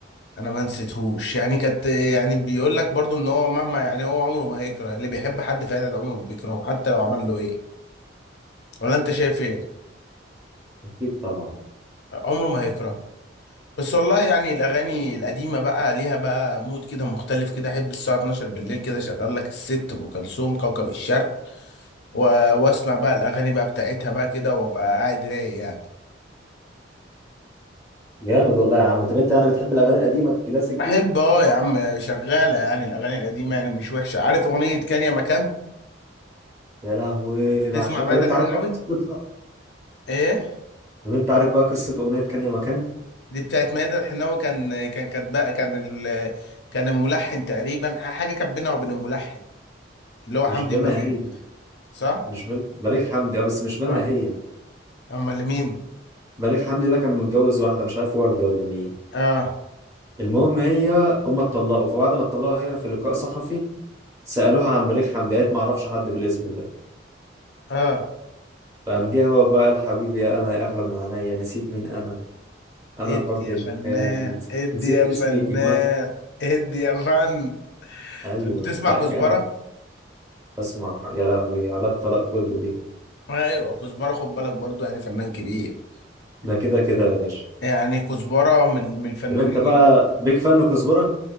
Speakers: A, on the left (about 60°); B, on the right (about 15°).
A: انا ما نسيتهوش يعني كانت يعني بيقول لك برضه ان هو مهما يعني هو عمره ما هيكره اللي بيحب حد فعلا عمره ما بيكرهه حتى لو عمل له ايه ولا انت شايف ايه
B: اكيد طبعا
A: عمره ما هيكرهه بس والله يعني الاغاني القديمه بقى ليها بقى مود كده مختلف كده احب الساعه 12 بالليل كده شغال لك الست ام كلثوم كوكب الشرق و... واسمع بقى الاغاني بقى بتاعتها بقى كده وابقى قاعد رايق يعني
B: جامد والله يا عم طب انت يعني بتحب الاغاني القديمه الكلاسيك
A: بحب
B: دي
A: اه يا عم شغاله يعني الاغاني القديمه يعني مش وحشه عارف اغنيه كان يا مكان
B: يا لهوي بعشق
A: تسمع ماذا
B: طب انت
A: الحناوي
B: عارف بقى قصتها
A: ايه
B: طب انت عارف بقى قصه اغنيه كان يا مكان
A: دي بتاعت ماذا الحناوي كان كان كان بقى كان ال... كان الملحن تقريبا حاجه كانت بينها وبين الملحن اللي هو
B: مش
A: حمدي
B: بينها
A: البليل
B: هي
A: صح
B: مش بين بليغ حمدي اه بس مش بينها
A: اه
B: هي
A: امال مين
B: بليغ حمدي ده كان متجوز واحده مش عارف ورده ولا مين
A: اه
B: المهم هي هم اتطلقوا فبعد ما اتطلقوا هي في لقاء صحفي سألوها عن بليغ حمديات ما اعرفش حد بالاسم ده
A: اه
B: فقام جه هو بقى قال حبيبي انا يا اغلى من عينيا نسيت مين انا انا
A: ادي
B: الحب
A: يا
B: الكامل
A: فنان
B: نسيت
A: ادي
B: نسيت
A: يا
B: اسمي
A: فنان
B: كمان
A: ادي يا فن
B: ايوه
A: طب بتسمع
B: لا
A: كزبره
B: جامد اسمع يا لهوي على الطلاق كله بيك
A: ايوه كزبره خد بالك برضو يعني فنان كبير
B: ده كده كده يا باشا
A: يعني كزبره من من الفنانين
B: طب انت بقى بيك فان لكزبرة